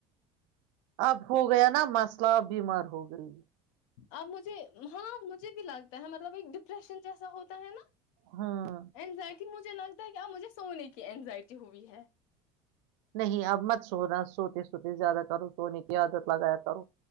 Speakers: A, on the right (about 75°); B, on the left (about 80°).
A: اب ہو گیا نا مسئلہ بیمار ہو گئی
B: اب مجھے ہاں مجھے بھی لگتا ہے مطلب ایک ڈپریشن جیسا ہوتا ہے نا
A: ہاں
B: اینزائٹی مجھے لگتا ہے کہ اب مجھے سونے کی اینزائٹی ہوئی ہے
A: نہیں اب مت سونا سوتے سوتے زیادہ کرو سونے کی عادت لگایا کرو